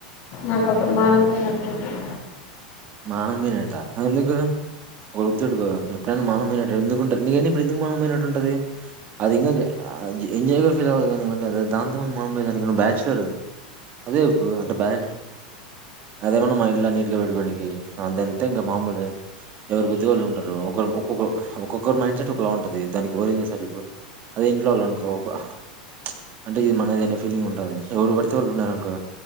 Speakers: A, on the left; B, on the right.
A: నాకు అప్పుడు మానం పోయినట్టు ఉంటుంది
B: మానం పోయినట్టా ఎందుకు ఒకటి అడుగుతా ఎప్పుడైనా మానం పోయినట్టు ఎందుకుంటంది నీక ఇప్పుడు ఎందుకు మానం పోయినట్టు ఉంటది అది ఇంకా అది ఎంజాయ్ గ ఫిలవాలి కానీ మళ్ళీ అది దాంతో మానం పోయినట్టు దానికి మనం బ్యాచలర్ అదే ఇప్పు అంటే బా చ్ అదేమన్నా మా ఇల్లు ఆ నీట్ గా పెట్టుకోనికి అదంతే ఇంకా మాముూలె ఎవరి కొద్ది వాళ్ళు ఉంటారు ఒకరం ఒకరు ఒక్కొక్కరు ఒక్కొక్కరు మైండ్ సెట్ ఒకలా ఉంటది దానికి ఎవరు ఏం చేస్తారు చెప్పు అదే ఇంట్లో వాళ్ళు అనుకో చ్ అంటే ఇది మనదనే ఫీలింగ్ ఉంటది ఎవరు పడితే వాళ్ళు ఉన్నారనుకో